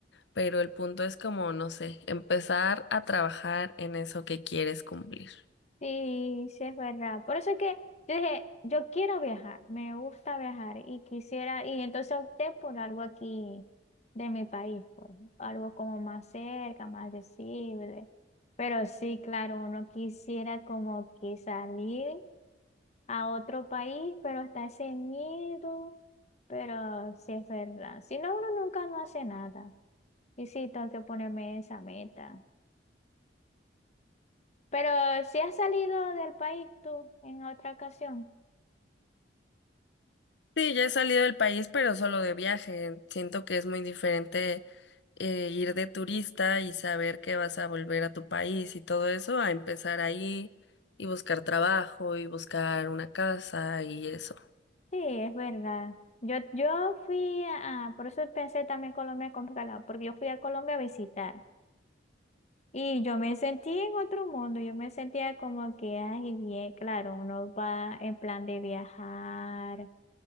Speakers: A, on the left; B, on the left.
A: pero el punto es como, no sé, empezar a trabajar en eso que quieres cumplir.
B: Sí, sí es verdad. Por eso es que yo dije, yo quiero viajar, me gusta viajar y quisiera, y entonces opté por algo aquí de mi país, pues, algo como más cerca, más accesible. Pero sí, claro, uno quisiera como que salir a otro país, pero está ese miedo. Pero sí es verdad. Si no, uno nunca no hace nada. Y sí, tengo que ponerme esa meta. Pero si has salido del país tú en otra ocasión.
A: Sí, ya he salido del país, pero solo de viaje. Siento que es muy diferente eh, ir de turista y saber que vas a volver a tu país y todo eso, a empezar ahí y buscar trabajo y buscar una casa y eso.
B: Sí, es verdad. Yo, yo fui a, por eso pensé también Colombia con calado, porque yo fui a Colombia a visitar y yo me sentí en otro mundo, yo me sentía como que, ay, bien, claro, uno va en plan de viajar,